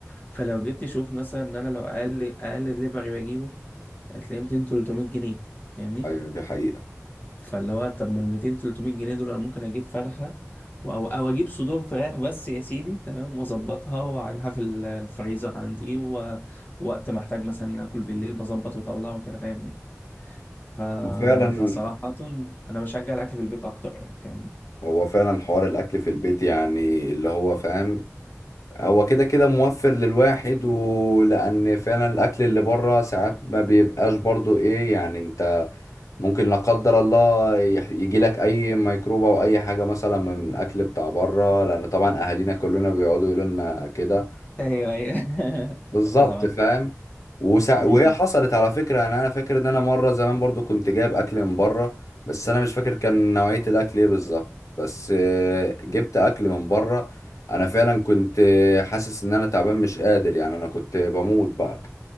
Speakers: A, on the left; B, on the left.
A: فلو جيت تشوف مثلا إن أنا لو أقل أقل دليفري بجيبه هتلاقيه 200 300 جنيه فاهمني
B: أيوة دي حقيقة
A: فاللي هو طب ما ال 200 300 جنيه دول انا ممكن اجيب فرخه و- او او اجيب صدور فراخ بس يا سيدي تمام واظبطها واعينها في ال- الفريزر عندي و- ووقت ما احتاج مثلا اكل بالليل بظبط واطلع وكده فاهمني ف...
B: وفعلا
A: فصراحه انا بشجع الاكل في البيت اكتر يعني فاهمني
B: هو فعلا حوار الاكل في البيت يعني اللي هو فاهم هو كده كده موفر للواحد ولان فعلا الاكل اللي بره ساعات ما بيبقاش برضو ايه يعني انت ممكن لا قدر الله يجي لك اي ميكروب او اي حاجه مثلا من الاكل بتاع بره لان طبعا اهالينا كلنا بيقعدوا يقولوا لنا كده
A: ايوه ايوه
B: بالظبط
A: <laughs> فاهمك
B: فاهم وسع...
A: م-
B: وهي حصلت على فكرة يعني انا فاكر ان انا مرة زمان برضو كنت جايب اكل من بره بس انا مش فاكر كان نوعية الاكل ايه بالظبط بس آه، جبت اكل من بره انا فعلا كنت آه، حاسس ان انا تعبان مش قادر يعني انا كنت بموت بقى